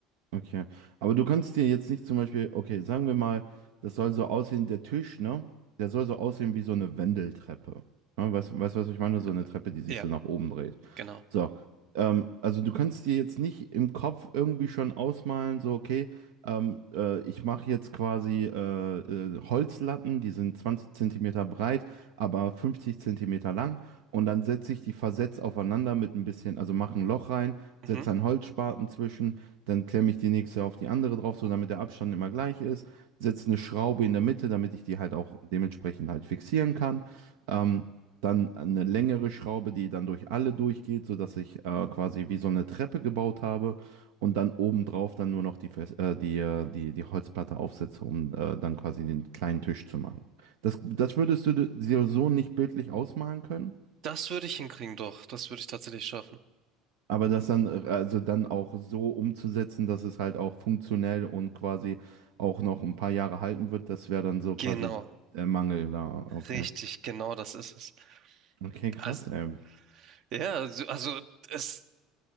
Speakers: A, on the right; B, on the right.
A: Okay. Aber du kannst dir jetzt nicht zum Beispiel, okay, sagen wir mal, das soll so aussehen, der Tisch, ne? Der soll so aussehen wie so eine Wendeltreppe. Ne? Weißt du, weißt, du, was ich meine? So eine
B: Äh,
A: Treppe, die sich
B: Ja,
A: so nach oben dreht.
B: genau.
A: So. Ähm, also du kannst dir jetzt nicht im Kopf irgendwie schon ausmalen, so, okay, ähm, äh, ich mache jetzt quasi äh, äh, Holzlatten, die sind 20 Zentimeter breit, aber 50 Zentimeter lang. Und dann setze ich die versetzt aufeinander mit ein bisschen, also mache ein Loch rein, setze
B: Mhm.
A: einen Holzspaten zwischen dann klemme ich die nächste auf die andere drauf, so damit der Abstand immer gleich ist, setze eine Schraube in der Mitte, damit ich die halt auch dementsprechend halt fixieren kann. Ähm, dann eine längere Schraube, die dann durch alle durchgeht, sodass ich äh, quasi wie so eine Treppe gebaut habe und dann obendrauf dann nur noch die, Fes- äh, die, äh, die, die Holzplatte aufsetze, um äh, dann quasi den kleinen Tisch zu machen. Das, das würdest du dir so nicht bildlich ausmalen können?
B: Das würde ich hinkriegen, doch. Das würde ich tatsächlich schaffen.
A: Aber das dann, äh, also dann auch so umzusetzen, dass es halt auch funktionell und quasi auch noch ein paar Jahre halten wird, das wäre dann so quasi
B: Genau,
A: der Mangel da. Okay.
B: richtig, genau das ist es.
A: Okay, krass,
B: Also,
A: ey.
B: ja, also, also es,